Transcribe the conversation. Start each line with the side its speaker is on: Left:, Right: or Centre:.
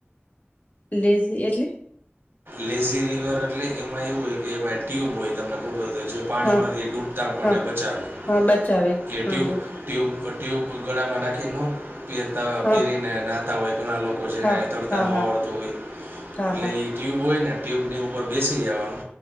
Left: લેઝી એટલે
Right: લેઝી રિવર એટલે એમાં એવું હોય કે એમાં ટ્યુબ હોય તમને ખબર હોય તો જે પાણીમાંથી
Left: હા
Right: ડૂબતા કોને
Left: હા
Right: બચાવે
Left: હા બચાવે
Right: કે
Left: હા
Right: ટ્યુબ
Left: ઓકે
Right: ટ્યુબ ટ્યુબ ગળામાં નાખી નો પહેરતા
Left: હા
Right: પહેરીને નાહતા હોય ઘણા લોકો લોકો છે
Left: હા
Right: ને તડતા
Left: હા
Right: નો
Left: હા
Right: આવડ તું હોય
Left: હા
Right: એટલે
Left: હા
Right: ટ્યુબ હોય ને ટ્યુબની ઉપર બેસી જવાનું